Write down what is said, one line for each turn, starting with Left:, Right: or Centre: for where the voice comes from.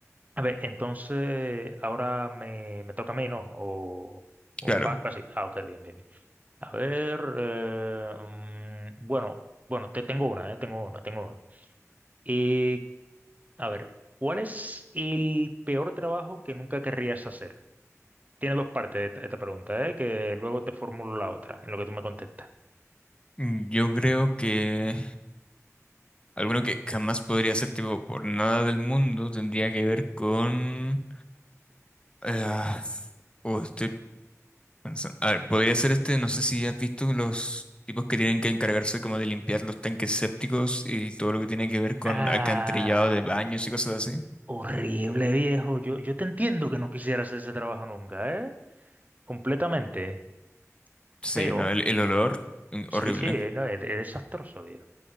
Right: A ver, entonces ahora me, me toca a mí, ¿no? O, o
Left: Claro.
Right: va, va así. Ah, ok, bien, bien, bien. A ver, eh, mm, bueno, bueno, te tengo una, eh, tengo una, tengo una. Y, a ver, ¿cuál es el peor trabajo que nunca querrías hacer? Tiene dos partes esta, esta pregunta, ¿eh? Que luego te formulo la otra, en lo que tú me contestas.
Left: Mm, Yo creo que alguno que jamás podría ser tipo por nada del mundo tendría que ver con... ah, oh, estoy Pensa- A ver, podría ser este, no sé si has visto los tipos que tienen que encargarse como de limpiar los tanques sépticos y todo lo que tiene que ver con
Right: Ah,
Left: alcantarillado de baños y cosas así.
Right: horrible, viejo. Yo, yo te entiendo que no quisieras hacer ese trabajo nunca, ¿eh? Completamente.
Left: Sí,
Right: Pero...
Left: no, el, el olor, mm,
Right: Sí,
Left: horrible.
Right: sí, eh, no, es, es desastroso, viejo.